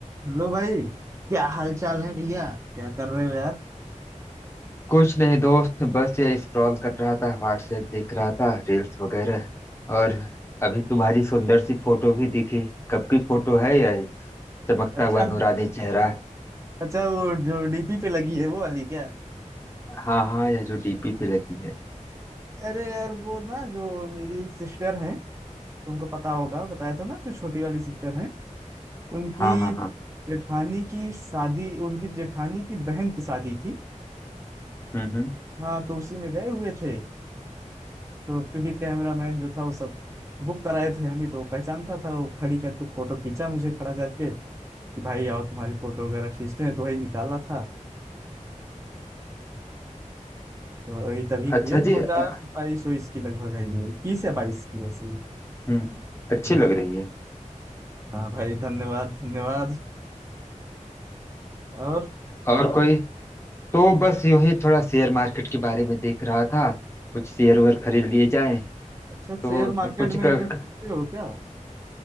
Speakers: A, on the right; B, on the left.
A: Hello भाई क्या हाल चाल है भैया क्या कर रहे हो यार
B: कुछ नहीं दोस्त बस ये स्क्रॉल कर रहा था व्हाट्सएप देख रहा था रील्स वगैरह और अभी तुम्हारी सुंदर सी फोटो भी दिखी कब की फोटो है यह चमकता
A: अच्छा
B: हुआ नूरानी चेहरा
A: अच्छा वो जो डीपी पे लगी है वो वाली क्या
B: हाँ हाँ यह जो डीपी पे लगी है
A: अरे यार वो ना जो मेरी सिस्टर है तुमको पता होगा बताया था ना जो छोटी वाली सिस्टर है उनकी
B: हाँ हाँ हाँ
A: जेठानी की शादी उनकी जेठानी की बहन की शादी थी
B: हम्म हम्म
A: हाँ तो उसी में गए हुए थे तो क्योंकि कैमरामैन जो था वो सब बुक कराए थे हम ही तो वो पहचानता था वो खड़ी करके फोटो खींचा मुझे खड़ा करके कि भाई आओ तुम्हारी फोटो वगैरह खींचते हैं तो वही निकाला था तो वही तभी किए
B: अच्छा
A: दो
B: जी
A: हजार
B: अ,
A: बाईस उईस की लगभग आई है इक्कीस या बाईस की वैसे ही
B: हम्म अच्छी
A: हाँ
B: लग रही है
A: हाँ भाई धन्यवाद धन्यवाद और
B: और कोई तो बस यूं ही थोड़ा शेयर मार्केट के बारे में देख रहा था कुछ शेयर वेयर खरीद लिए जाए
A: अच्छा
B: तो
A: शेयर मार्केट
B: कुछ
A: में इन्वेस्ट
B: क,
A: करते हो क्या